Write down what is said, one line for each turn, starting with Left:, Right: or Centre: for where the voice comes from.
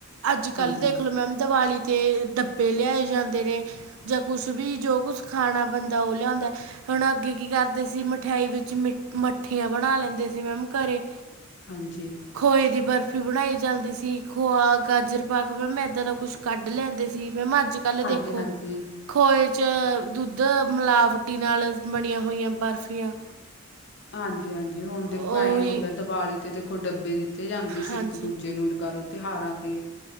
Right: ਅੱਜ-ਕੱਲ੍ਹ
Left: ਹਾਂਜੀ-ਹਾਂਜੀ,
Right: ਦੇਖ ਲਓ ਮੈਮ ਦੀਵਾਲੀ ਤੇ ਡੱਬੇ ਲਿਆਏ ਜਾਂਦੇ ਨੇ। ਜਾਂ ਕੁਛ ਵੀ ਜੋ ਕੁਛ ਖਾਣਾ ਬੰਦਾ ਉਹ ਲਿਉਦਾ। ਹੁਣ ਅੱਗੇ ਕੀ ਕਰਦੇ ਸੀ ਮਠਿਆਈ ਵਿੱਚ ਮਿ ਮੱਠੀਆਂ ਬਣਾ ਲੈਂਦੇ ਸੀ ਮੈਮ ਘਰੇ।
Left: ਹਾਂਜੀ।
Right: ਖੋਏ ਦੀ ਬਰਫ਼ੀ ਬਣਾਈ ਜਾਂਦੀ ਸੀ। ਖੋਆ, ਗਾਜਰ ਪਾਕ ਮੈਂਮ ਇੱਦਾਂ ਦਾ ਕੁਛ ਕੱਢ ਲੈਂਦੇ ਸੀ। ਮੈਮ ਅੱਜ-ਕੱਲ੍ਹ
Left: ਹਾਂਜੀ-ਹਾਂਜੀ।
Right: ਦੇਖੋ ਖੋਹੇ 'ਚ ਦੁੱਧ ਮਿਲਾਵਟੀ ਨਾਲ ਬਣੀਆਂ ਹੋਈਆਂ ਬਰਫ਼ੀਆਂ।
Left: ਹਾਂਜੀ ਹਾਂਜੀ। ਹੁਣ ਦੇਖੋ
Right: ਉਹੀ
Left: ਐਂ ਹੋ ਗਿਆ। ਦੀਵਾਲੀ ਤੇ ਦੇਖੋ ਡੱਬੇ ਦਿ- ਤੇ ਜਾਂਦੇ
Right: ਹਾਂਜੀ
Left: ਸੀ ਇੱਕ-ਦੂਜੇ ਨੂੰ ਲਗਾ ਲਓ ਤਿਉਹਾਰਾਂ ਤੇ।